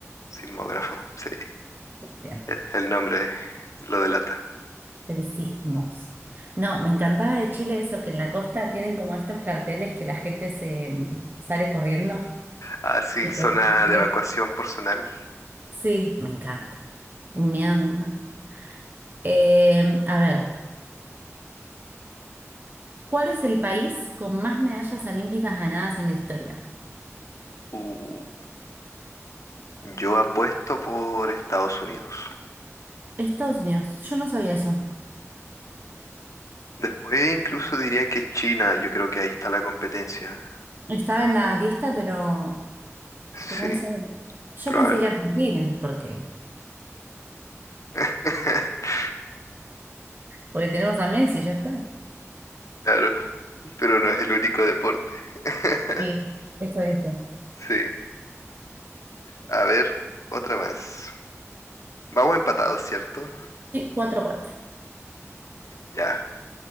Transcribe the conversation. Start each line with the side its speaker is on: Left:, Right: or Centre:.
Left: Sismógrafo, sí.
Right: Bien.
Left: El, el nombre lo delata.
Right: De los sismos. No, me encantaba de Chile eso, que en la costa tienen como estos carteles que la gente se mm, sale corriendo.
Left: Así,
Right: Tipo,
Left: zona
Right: de-
Left: de evacuación por tsunami.
Right: sí, me encanta. Un miedo. me da. Eh, a ver. ¿Cuál es el país con más medallas olímpicas ganadas en la historia?
Left: Uh, yo apuesto por Estados Unidos.
Right: Estados Unidos. Yo no sabía eso.
Left: Después incluso diría que China, yo creo que ahí está la competencia.
Right: Estaba en la lista, pero, pero
Left: Sí,
Right: no sabía. Yo
Left: probable.
Right: pensé que Argentina, porque,
Left: <laughs>
Right: porque tenemos a Messi, ya está.
Left: Claro, pero no es el único deporte. <laughs>
Right: Sí, eso dice.
Left: Sí. A ver, otra más. Vamos empatados, ¿cierto?
Right: Sí, cuatro cuatro.
Left: Ya.